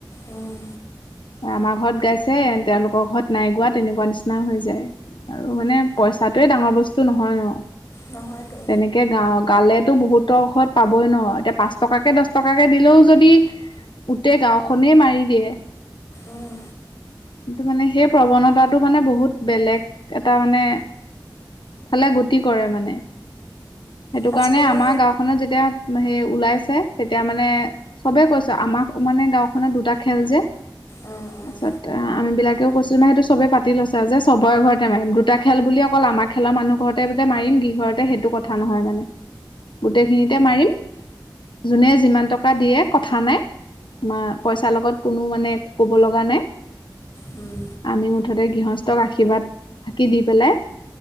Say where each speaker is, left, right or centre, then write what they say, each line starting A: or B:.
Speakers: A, on the left; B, on the left.
A: উম
B: আমাৰ ঘৰত গাইছে তেওঁলোকৰ ঘৰত নাই গোৱা তেনেকুৱা নিচিনা হৈ যায় আৰু মানে পইচাটোয়ে ডাঙৰ বস্তু নহয় ন
A: নহয়তো
B: তেনেকে গা গালেতো বহুতৰ ঘৰত পাবই ন এতিয়া পাঁচ টকাকে দহ টকাকে দিলেও যদি গোটেই গাঁওখনেই মাৰি দিয়ে
A: উম
B: কিন্তু মানে সেই প্ৰৱণতাটো মানে বহুত বেলেগ এটা মানে ফালে গতি কৰে মানে সেইটো
A: আজিকালি
B: কাৰণে আমাৰ গাঁওখনত যেতিয়া সেই ওলাইছে তেতিয়া মানে চবেই কৈছে আমাক মানে গাঁওখনত দুটা খেল যে
A: উম উম
B: তাৰপিছত আমি বিলাকেও কৈছো মানে সেইটো পাতি লৈছে আৰু যে চবৰে ঘৰতে মাৰিম দুটা খেল বুলি অকল আমাক খেলা মানুহ ঘৰতে যে মাৰিম দুই ঘৰতে সেইটো কথা নহয় মানে গোটেইখিনিতে মাৰিম যোনে যিমান টকা দিয়ে কথা নাই মা পইচাৰ লগত কোনো মানে ক'ব লগা নাই
A: উম
B: আমি মুঠতে গৃহস্থক আশীৰ্বাদ ফাকি দি পেলাই